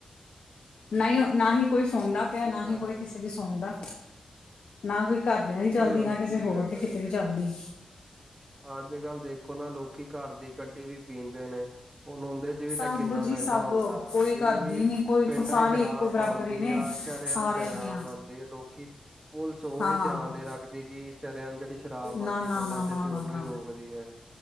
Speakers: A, on the left; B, on the right.
A: ਨਾਈਓ ਨਾ ਹੀ ਕੋਈ ਸੁਣਦਾ ਪਿਆ
B: ਇਹ
A: ਨਾ
B: ਤਾਂ
A: ਹੀ ਕੋਈ
B: ਹੈ
A: ਕਿਸੇ ਦੀ ਸੁਣਦਾ ਨਾ ਕੋਈ ਘਰਦਿਆਂ ਦੀ ਚੱਲਦੀ,
B: ਬਈ ਹੁਣ
A: ਨਾ
B: ਕੀ
A: ਕਿਸੇ ਹੋਰ
B: ਕਹਿ
A: ਦੇ
B: ਸਕਦੇ
A: ਕਿਤੇ ਵੀ ਚੱਲਦੀ।
B: ਆ ਅੱਜ -ਕੱਲ ਦੇਖ ਦੇਖੋ ਨਾ ਲੋਕੀ ਘਰ ਦੀ ਕੱਢੀ ਵੀ ਪੀਂਦੇ ਨੇ, ਹੁਣ ਓੰਦੇ ਚ ਵੀ
A: ਸਭ
B: ਤੇ ਕਿੰਨਾ
A: ਜੀ
B: ਨਸ਼ਾ
A: ਸਭ
B: ਹੁੰਦਾ।
A: ਕੋਈ
B: ਉਹ
A: ਕਰਦੀ
B: ਵੀ
A: ਨੀ ਕੋਈ
B: ਪਿੰਡਾਂ
A: ਸਾਰੇ
B: ਦੀ ਸ਼ਰਾਬ
A: ਇੱਕੋ ਬਰਾਬਰ
B: ਬਣਦੀ
A: ਹੀ ਨੇ
B: ਆ,
A: ਸਾਰਿਆਂ
B: ਸ਼ਰੇਆਮ ਸ਼ਰਾਬ
A: ਦੀਆਂ
B: ਬਣਦੀ ਆ, ਲੋਕੀ ਪੁਲਿਸ ਉਹ
A: ਹਾਂ
B: ਵੀ ਧਿਆਨ ਨੀ ਰੱਖਦੀ ਗੀ, ਸ਼ਰੇਆਮ ਜਿਹੜੀ ਸ਼ਰਾਬ ਬਣਦੀ
A: ਨਾ ਨਾ
B: ਪਿੰਡਾਂ
A: ਨਾ
B: ਚ
A: ਨਾ
B: ਤੇ ਉਹਨੂੰ
A: ਨਾ ਨਾ
B: ਈ ਰੋਕਦੀ ਐ।